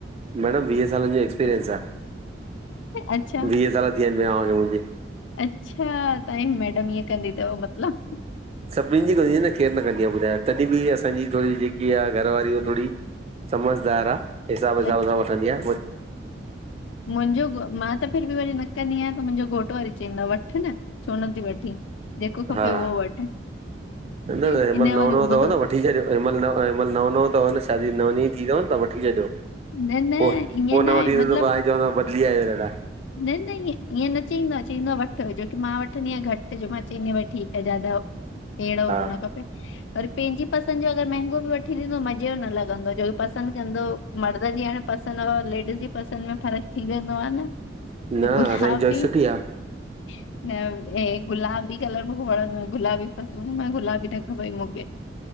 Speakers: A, on the right (about 35°); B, on the left (about 80°).
A: मैडम, वीह सालनि जो एक्सपीरियंस आ
B: अच्छा
A: वीह साल थी वया आहिन वियांह खे मुंहिंजे
B: अच्छा, तव्हांजी मैडम ईअं कंदी अथव मतलब
A: सभिन जी कंदी आ, केर न कंदी आहे ॿुधायो तॾहिं बि असांजी थोरी जेकी आहे घरवारी थोरी समझदार आ हिसाब
B: अच्छा
A: सा वॻा वठंदी आ
B: मुंहिंजो मां त फिर बि वरी न कंदी आहियां त मुंहिंजो घोट पर वरि चईंदो वठ न छो नथी वठी, जेको खपे
A: हा
B: उहो वठ
A: न न
B: इन
A: हिन महिल
B: जो
A: नओं
B: वरी
A: नओं
B: उबतो
A: अथव
B: अथसि।
A: न वठी छॾियो महिल महिल नओं नओं अथव छा <unintelligible> थी तव न त वठी छॾियो
B: न न
A: पोइ
B: ईअं
A: न
B: आहे
A: वठी सॻो
B: मतलब
A: त सुभाणे चवंदव <unintelligible> <unintelligible>
B: न न ईअं ईअं न चईंदो आहे चईंदो आहे वठ जो की मां वठंदी आहियां घटि जो मां चईंदीयां ठीक ज्यादा अहिड़ो ओहिड़ो
A: हा
B: न खपे वरी पंहिंजी पसंदि जो अगर मंहिगो बि वठी ॾींदो मज़े जो न लॻंदो जो पसंदि कंदो मर्द जी हाणे पं असांजे लेडीज़ जे पसंदि में फ़र्क थी वेंदो आहे न
A: न
B: त गुलाबी
A: असांजी चुआइस सुठी आ
B: <unintelligible> न हे गुलाबी कलर मूंखे वणंदो आ गुलबी पंस आ, गुलाबी न खबई मूंखे